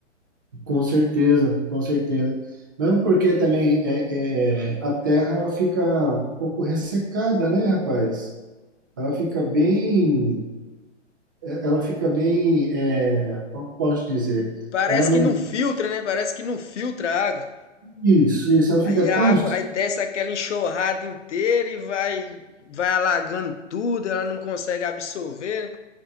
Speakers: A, on the right; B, on the left.
A: com certeza, com certeza. Mesmo porque também é, é, a terra ela fica um pouco ressecada, né, rapaz? Ela fica bem, ela fica bem, é, como que eu posso dizer?
B: Parece
A: Ela não,
B: que não filtra, né? Parece que não filtra a água.
A: isso, isso, ela
B: Aí
A: fica
B: a
A: tão
B: água, aí desce aquela enxurrada inteira e vai vai alagando tudo, ela não consegue absorver. né?